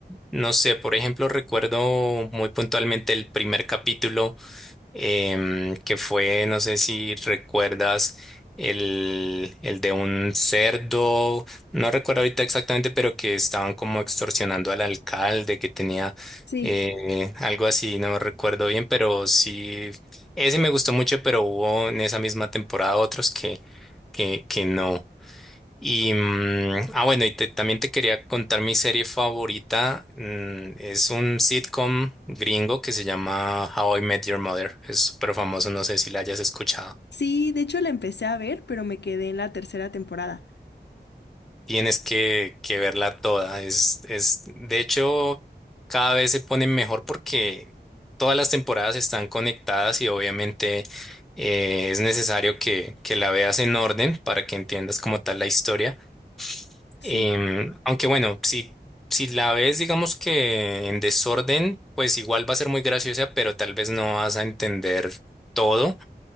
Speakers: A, in the centre; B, on the left.
A: no sé, por ejemplo, recuerdo muy puntualmente el primer capítulo, em, que fue, no sé si recuerdas, el, el de un cerdo, no recuerdo ahorita exactamente, pero que estaban como extorsionando al alcalde, que tenía
B: Sí,
A: eh, algo así, no recuerdo bien, pero sí, ese me gustó mucho, pero hubo en esa misma temporada otros que, que, que no. Y, mm, ah, bueno, y te- también te quería contar mi serie favorita. mm, es un sitcom gringo que se llama How I Met Your Mother. Es súper famoso, no sé si la hayas escuchado.
B: sí, de hecho la empecé a ver, pero me quedé en la tercera temporada.
A: Tienes que, que verla toda. Es, es, de hecho, cada vez se pone mejor porque todas las temporadas están conectadas y obviamente eh, es necesario que, que la veas en orden para que entiendas como tal la historia.
B: Sí,
A: Em, aunque bueno, si, si la ves, digamos que en desorden, pues igual va a ser muy graciosa, pero tal vez no vas a entender todo,